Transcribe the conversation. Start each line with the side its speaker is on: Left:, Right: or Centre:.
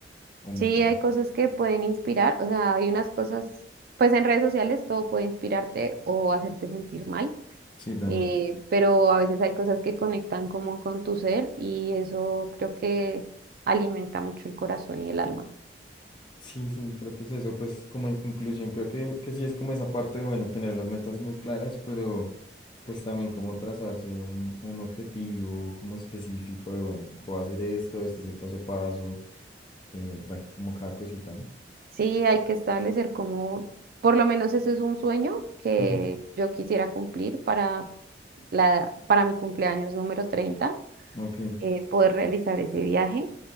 Left: o motivas.
Right: Sí, hay cosas que pueden inspirar, o sea, hay unas cosas, pues en redes sociales todo puede inspirarte o hacerte sentir mal,
Left: Sí, también.
Right: eh, pero a veces hay cosas que conectan como con tu ser y eso creo que alimenta mucho el corazón y el alma.
Left: Sí, sí, creo que es eso. Pues como en conclusión, creo que, que sí es como esa parte de, bueno, tener las metas muy claras, pero pues también como trazarse un, un objetivo como específico de, bueno, puedo hacer esto, este es el paso a paso, eh, bueno, como cada cosita, ¿no?
Right: Sí, hay que establecer como, por lo menos ese es un sueño que
Left: Ujú.
Right: yo quisiera cumplir para, la, para mi cumpleaños número treinta
Left: Ok,
Right: eh, poder realizar ese viaje.